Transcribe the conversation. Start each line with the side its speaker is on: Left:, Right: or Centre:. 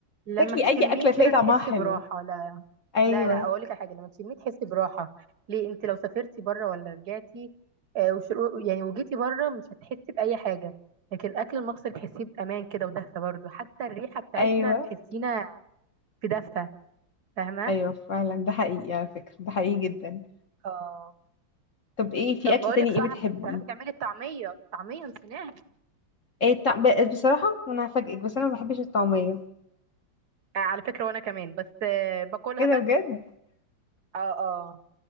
Right: لما
Left: تاكلي
Right: تشميه
Left: أي أكلة تلاقي
Right: كده
Left: طعمها
Right: تحسي
Left: حلو
Right: براحة لا
Left: أيوه
Right: لا لا اقول لك على حاجة لما تشميه تحسي براحة ليه انت لو سافرتي بره ولا رجعتي آه وشرو... يعني وجيتي بره مش هتحسي بأي حاجة لكن الاكل المصري تحسيه بأمان كده ودفى برضه حتى الريحة بتاعتنا
Left: أيوه
Right: تحسينا في دفى فاهمة
Left: أيوه فعلا ده حقيقي على فكرة ده حقيقي جدا
Right: اه
Left: طب إيه في
Right: طب
Left: أكل
Right: بقول
Left: تاني
Right: لك صاحب
Left: إيه بتحبيه؟
Right: بتعرفي تعملي الطعمية الطعمية نسيناها
Left: إيه التع- ب- بصراحة أنا هفاجئك بس أنا ما بحبش الطعمية
Right: آه على فكرة وانا كمان بس آه باكلها
Left: إيه ده
Right: بس
Left: بجد؟
Right: اه اه